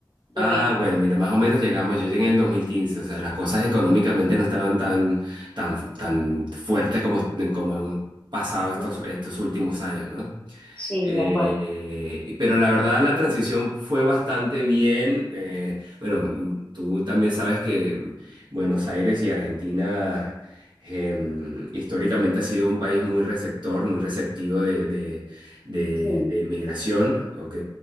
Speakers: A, on the left; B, on the right.
A: llegué.
B: Ah, bueno, mira, más o menos llegamos, yo llegué en el 2015, o sea, las cosas económicamente no estaban tan, tan, tan fuertes como, como han pasado estos,
A: Ujú.
B: estos últimos años, ¿no?
A: Sí,
B: Eh,
A: de acuerdo,
B: pero la verdad la transición fue bastante bien. Eh, bueno, mm, tú también sabes que mm, Buenos Aires y Argentina em, históricamente ha sido un país muy receptor, muy receptivo de, de, de,
A: sí.
B: de migración, ¿ok?